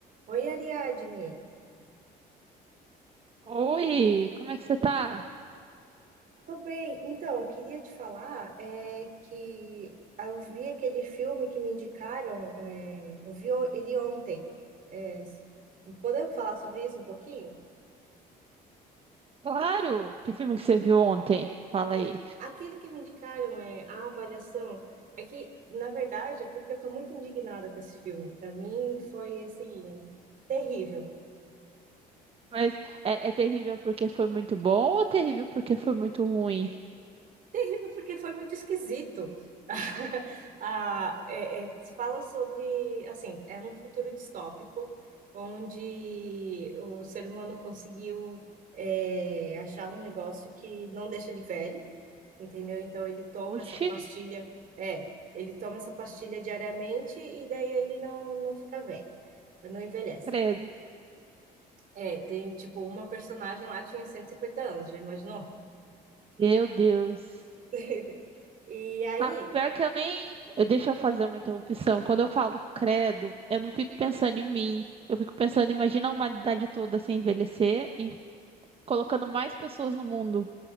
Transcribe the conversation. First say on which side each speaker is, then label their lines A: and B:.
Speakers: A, on the right; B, on the right.
A: Oi, Ariadne.
B: Oi, como é que você tá?
A: Tô bem. Então, eu queria te falar é, que eu vi aquele filme que me indicaram, é, eu vi o- ele ontem. É, podemos falar sobre isso um pouquinho?
B: Claro! Que filme que você viu ontem? Fala aí.
A: Aquele que me indicaram é a avaliação. É que, na verdade, é porque eu tô muito indignada com esse filme. Para mim foi assim terrível.
B: Mas é, é terrível porque foi muito bom ou terrível porque foi muito ruim?
A: Terrível porque foi muito esquisito. <laughs> Ah, é- é, fala sobre, assim, é um futuro distópico onde o ser humano conseguiu é, achar um negócio que não deixa ele velho, entendeu? Então ele toma
B: Oxi,
A: essa pastilha, é, ele toma essa pastilha diariamente e daí ele não, não fica velho, não envelhece.
B: credo.
A: É, tem tipo uma personagem lá tinha 150 anos, já imaginou?
B: Meu Deus.
A: <laughs> E aí
B: Ah, pior que eu nem. eu- Deixa eu fazer uma interrupção. Quando eu falo credo, eu não fico pensando em mim. Eu fico pensando, imagina a humanidade toda sem envelhecer e colocando mais pessoas no mundo.